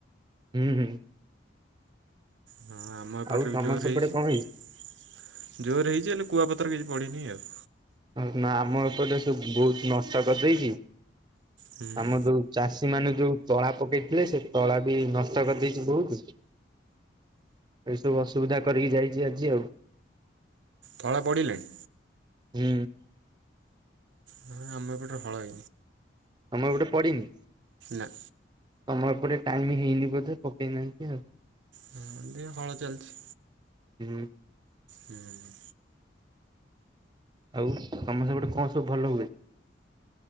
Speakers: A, on the right; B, on the right.
A: ହୁଁ ହୁଁ।
B: ହଁ ଆମ ଏପଟରେ
A: ଆଉ ତମ
B: ବି ଜୋର
A: ସେପଟେ
B: ହେଇଛି
A: କଣ
B: ଜୋର ହେଇଛି ହେଲେ କୁଆପଥର କିଛି ପଡ଼ିନି ଆଉ।
A: ହ ନା ଆମ ଏପଟେ ସବୁ ବହୁତ ନଷ୍ଟ କରିଦେଇଛି
B: ହୁଁ
A: ଆମର ଯୋଉ ଚାଷୀ ମାନେ ଯୋଉ ତଳା ପକେଇଥିଲେ ସେ ତଳା ବି ନଷ୍ଟ କରିଦେଇଛି ବହୁତ ଏ ସବୁ ଅସୁବିଧା କରିକି ଯାଇଛି ଆଜି ଆଉ।
B: ତଳା ପଡ଼ି ନାହିଁ।
A: ହୁଁ।
B: ନାଁ ଆମ ପଟେ ହଏ।
A: ତମ ପଟେ ପଡିିନି।
B: ନା।
A: ତମ ଏପଟେ ହେଇନି ବୋଧେ ପକେଇ ନାହାନ୍ତି ଆଉ।
B: ହଁ ଏମିତି ହଳ ଚାଲିଛି।
A: ହୁଁ।
B: ହୁଁ ହୁଁଁ।
A: ଆଉ ତମ ସେପଟେ କଣ ସବୁ ଭଲ ହୁଏ?